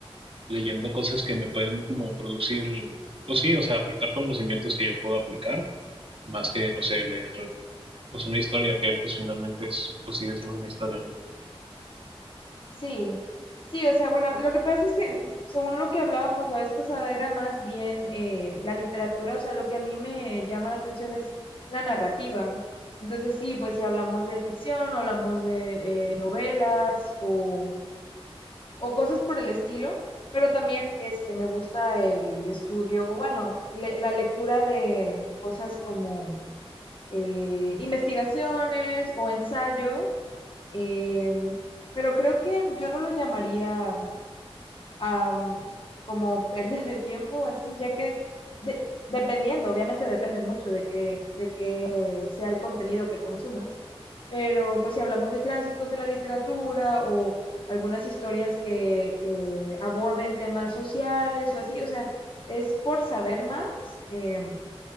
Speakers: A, on the right; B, on the left.
A: leyendo cosas que me pueden como producir, pues sí, o sea, aportar conocimientos que yo puedo aplicar, más que, no sé, leer pues una historia que pues finalmente es, pues sigue siendo una historia, ¿no?
B: Sí, sí, o sea, bueno, lo que pasa es que según lo que hablábamos la vez pasada era más bien eh, la literatura, o sea, lo que a mí me llama la atención es la narrativa. Entonces, sí, pues si hablamos de ficción, hablamos de eh, novelas o o cosas por el estilo, pero también este, me gusta el estudio, o bueno, le- la lectura de cosas como eh, investigaciones o ensayo, em, pero creo que yo no lo llamaría am, como pérdida de tiempo, así, ya que de- dependiendo, obviamente depende mucho de que, de que sea el contenido que consumas, pero pues si hablamos de clásicos de la literatura o algunas historias que eh, aborden temas sociales o así, o sea, es por saber más. eh,